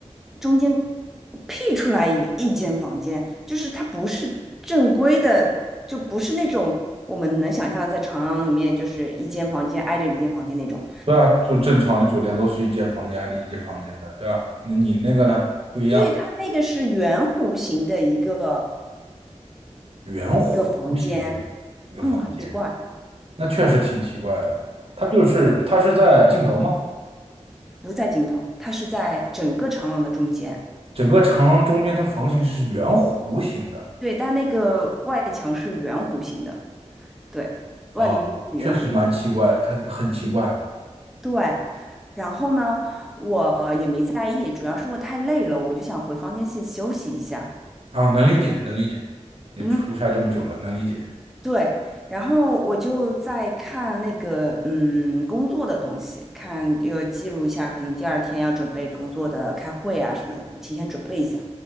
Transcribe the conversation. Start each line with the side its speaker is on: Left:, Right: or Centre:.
Centre: 中间辟出来一一间房间，就是它不是正规的，就不是那种我们能想象的在长廊里面就是一间房间挨着一间房间那种，
Right: 对啊，就正常的酒店都是一间房间的一间房间的，对啊。那你那个呢？不一样，
Centre: 对，它那个是圆弧形的一个
Right: 圆弧形的一个房间，
Centre: 一个房间，嗯，很奇怪。
Right: 那确实挺奇怪的。它就是它是在尽头吗？
Centre: 不在尽头，它是在整个长廊的中间。
Right: 整个长廊中间，它房型是圆弧形的
Centre: 对，但那个外墙是圆弧形的，对，外立面是圆弧。
Right: 啊，确实蛮奇怪，它很奇怪
Centre: 对，然后呢，我也没在意，主要是我太累了，我就想回房间先休息一下。
Right: 啊，能理解，能理解。你出差这么久了，
Centre: 嗯，
Right: 能理解
Centre: 对，然后我就在看那个嗯工作的东西，看要记录一下，可能第二天要准备工作的开会啊什么，提前准备一下。